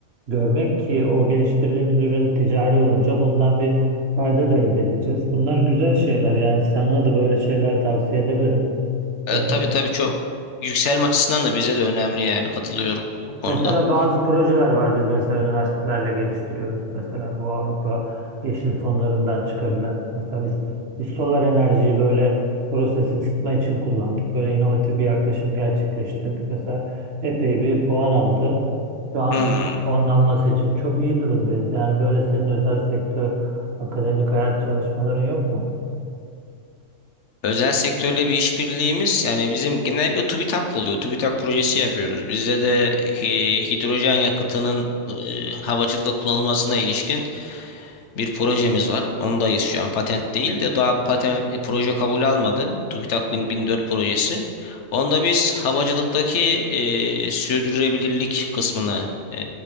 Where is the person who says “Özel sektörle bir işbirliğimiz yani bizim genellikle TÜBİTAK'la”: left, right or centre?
Left